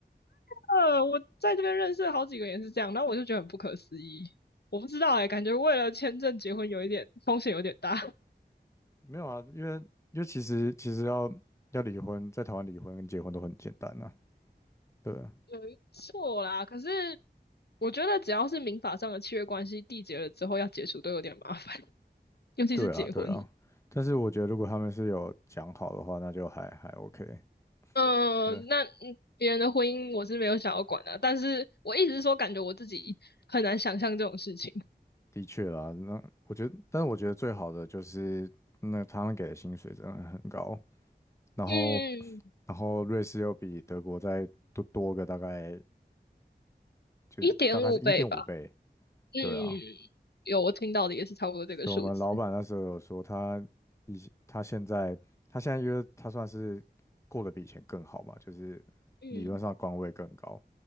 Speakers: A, on the left; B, on the left.
A: 呃，我在这边认识了好几个也是这样，然后我就觉得很不可思议。我不知道哎、欸感觉为了签证结婚有一点风险有点大，
B: 没有啊，因为因为其实其实要要离婚，在台湾离婚跟结婚都很简单啊，对啊
A: <laughs> 错啦。可是我觉得只要是民法上的契约关系缔结了之后要解除都有点麻烦，<laughs> 尤其是结婚。
B: 对啊，对啊，
A: <laughs>
B: 但是我觉得如果他们是有讲好的话，那就还还 OK。
A: 嗯，
B: 对，
A: 呃那嗯别人的婚姻我是没有想要管的、啊但是我一直说感觉我自己很难想象这种事情。
B: 的确啦，那我觉得，但是我觉得最好的就是那他们给的薪水真的很高，然后
A: 嗯，
B: 然后瑞士又比德国再多多个大概就是大概是一点五倍，
A: 一点五倍吧。嗯，
B: 对啊，
A: 有我听到的也是差不多这个数字。
B: 所以我们老板那时候有说他以前他现在他现在因为他算是过得比以前更好嘛，就是理论上官位更高，
A: 嗯